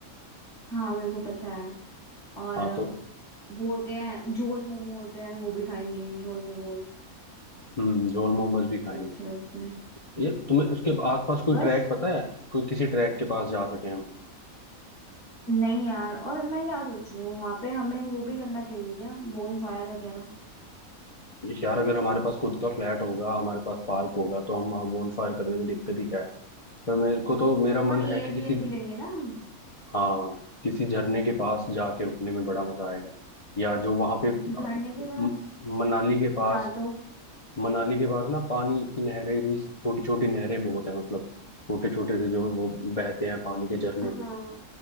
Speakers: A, on the left (about 50°); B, on the left (about 30°).
A: हाँ मेरे को पता है और
B: हाँ तो
A: वो होते हैं झोल मोमो होते हैं वो भी खाएंगे झोल मोमोज
B: हम्म झोल मोमोज भी खाएंगे
A: वो अच्छे लगते हैं
B: ये तुम्हें उसके आसपास कोई
A: बस
B: ट्रैक पता है कोई किसी ट्रैक के पास जा सके हम
A: नहीं यार और मैं क्या सोच रही हूँ वहां पे हमें वो भी करना चाहिए क्या बोन फायर वगैरह
B: यार अगर हमारे पास खुद का फ्लैट होगा हमारे पास पार्क होगा तो हम वहाँ bonfire करने में दिक्कत ही क्या है पर मेरे को तो मेरा मन
A: हाँ
B: है
A: एयरबीएनबी
B: कि किसी
A: लेंगे ना हम
B: हाँ किसी झरने के पास जाके रुकने में बड़ा मजा आएगा या जो वहां पे
A: झरने के पास
B: म- मनाली के पास
A: हाँ तो
B: मनाली के पास ना पानी की नहरें भी छोटी छोटी नहरें बहुत हैं मतलब छोटे छोटे से जो वो बहते हैं पानी के झरने
A: हाँ
B: से